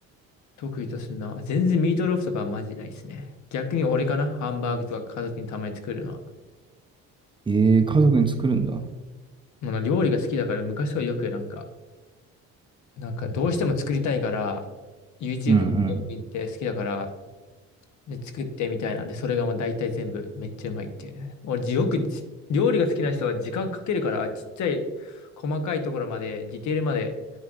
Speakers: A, on the left; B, on the right.
A: 得意とすんな。全然ミートローフとかはマジでないですね。逆に俺かなハンバーグとか家族にたまに作るのは。
B: ええー、家族に作るんだ。
A: もうな料理が好きだから昔はよくなんか、なんかどうしても作りたいから、YouTube
B: うんうん。
A: とか見て好きだから、で、作ってみたいなで、それがもう大体全部めっちゃうまいっていうね。俺、よくじ料理が好きな人は時間かけるから、ちっちゃい細かいところまで、ディテールまで